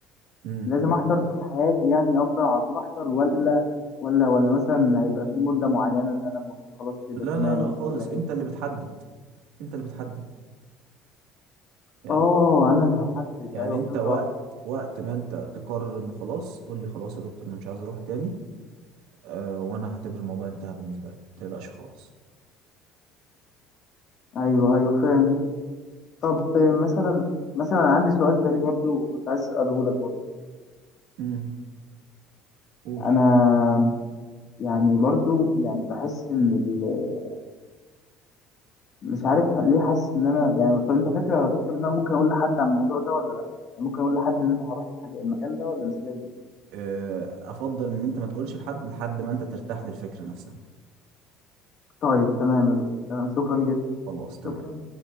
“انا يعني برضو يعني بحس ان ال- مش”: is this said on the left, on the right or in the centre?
Left